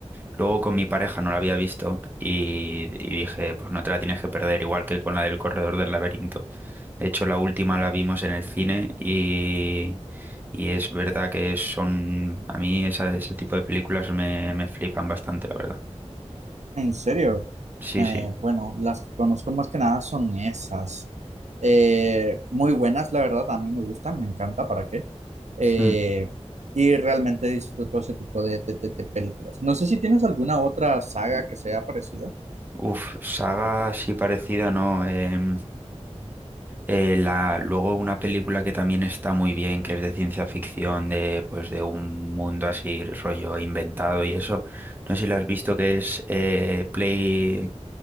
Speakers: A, on the right (about 15°); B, on the right (about 80°).
A: luego con mi pareja no la había visto y, y dije, pues no te la tienes que perder, igual que con la del Corredor del Laberinto. De hecho, la última la vimos en el cine y, y es verdad que son, a mí esa- ese tipo de películas me, me flipan bastante, la verdad.
B: En serio,
A: Sí,
B: Eh,
A: sí.
B: bueno, las que conozco más que nada son esas. Eh, muy buenas, la verdad, a mí me gustan, me encanta, ¿para qué? Eh,
A: Mm.
B: y realmente disfruto ese tipo de, de- de- de películas. No sé si tienes alguna otra saga que sea parecida.
A: Uf, saga así parecida, ¿no? em, Eh, la, luego una película que también está muy bien, que es de ciencia ficción, de pues de un mundo así rollo inventado y eso. No sé si la has visto que es eh, Play